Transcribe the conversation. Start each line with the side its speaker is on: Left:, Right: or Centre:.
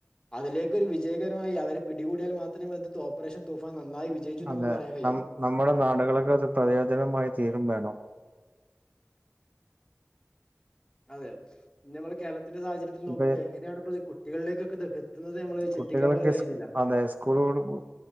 Left: അതിലേക്കൊരു വിജയകരമായി അവരെ പിടികൂടിയാൽ മാത്രമേ അത് ഓപ്പറേഷൻ തൂഫാൻ നന്നായി വിജയിച്ചുന്ന്
Right: അതെ
Left: നമുക്ക് പറയാൻ കഴിയുള്ളൂ.
Right: ന നമ്മുടെ നാടുകളൊക്കെ ഒരു പ്രയോജനമായി തീരും വേണം.
Left: അതെ ഇനി നമ്മള് കേരളത്തിന്റെ സാഹചര്യത്തിൽ നോക്കുമ്പോൾ
Right: ഇപ്പൊ
Left: എങ്ങനെയാണ് ഇപ്പോ കുട്ടികളിലേക്കൊക്കെ. എത്തുന്നത് നമ്മള്
Right: കുട്ടികളൊക്കെ
Left: ചിന്തിക്കാൻ പോലും കഴിയുന്നില്ല.
Right: സ് അതെ സ്കൂൾ വിടുമ്പോ